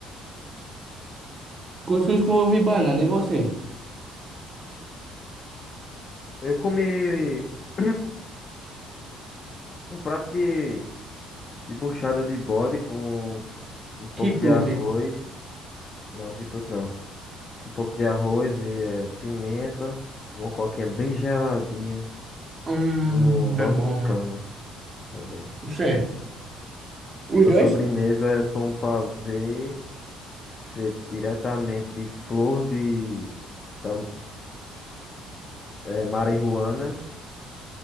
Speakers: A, on the right; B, on the left.
A: cuscuz com ovo e banana. E você?
B: Eu comi <clears throat> um prato de, de buchada de bode com um pouco
A: Quitute.
B: de arroz. Não, que tudo não. Com um pouco de arroz e eh, pimenta, uma coquinha bem geladinha
A: Hum,
B: e uma dose
A: é bom.
B: de cana também.
A: Você? Os
B: E uma
A: dois?
B: sobremesa eh, foi um pavê feito diretamente de flor de tam, eh, marihuana.